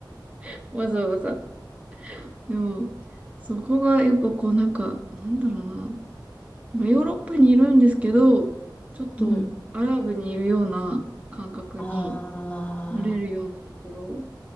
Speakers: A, on the right; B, on the left.
A: <laughs> わざわざ。でも、そこがやっぱこうなんか、なんだろうな。まあヨーロッパにいるんですけど、ちょっとアラブにいるような感覚に
B: うんああ、
A: なれるようなところ